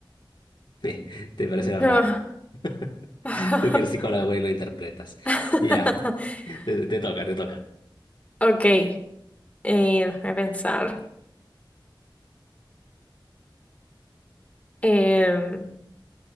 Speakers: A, on the left; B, on the left.
A: <laughs> Te parecerá
B: Ah.
A: raro. <laughs>
B: <laughs>
A: Tú que eres psicólogo y lo interpretas.
B: <laughs>
A: Ya, te, te toca, te toca.
B: Ok, eh, déjame pensar. Em,